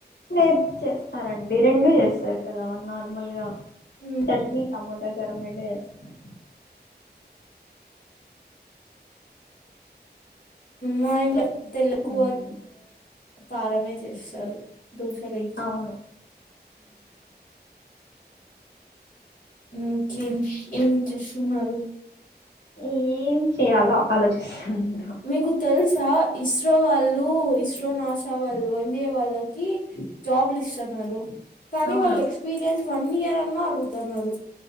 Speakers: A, on the left (about 75°); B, on the left (about 50°).
A: లేదు చేస్తారండి రెండూ చేస్తారు కదా నార్మల్గా
B: హ్మ్.
A: చట్నీ టమోటా కారం రెండు చేస్తారు
B: మా ఇంట్లో తెల్లకువ
A: మ్మ్
B: కారమే చేస్తారు దోశ లోకి
A: అవును
B: ఇంకేం ఏమి చేస్తున్నారు
A: ఏం చేయాలో ఆలోచిస్తుంటా
B: మీకు తెలుసా ఇస్రో వాళ్ళు ఇస్రో నాసా వాళ్ళు ఎంబిఏ వాళ్ళకి జాబ్లు ఇస్తున్నారు కానీ
A: అవునా
B: వాళ్ళు ఎక్స్పీరియన్స్ వన్ ఇయర్ అన్నా అడుగుతున్నారు